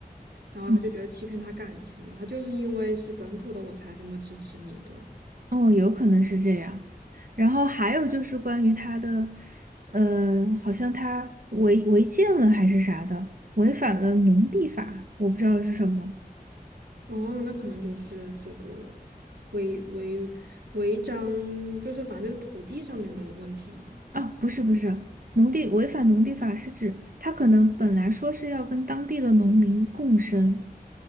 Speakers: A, on the right; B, on the right.
A: 然后他就觉得欺骗他感情了，
B: 嗯，
A: 他就是因为是本土的我才这么支持你，对吧？
B: 哦，有可能是这样。然后还有就是关于他的，呃，好像他违违建了还是啥的，违反了农地法，我不知道是什么。
A: 哦，那可能就是这个违违违章，就是反正就是土地上面的问题嘛。
B: 啊，不是不是，农地违反农地法是指他可能本来说是要跟当地的农民共生，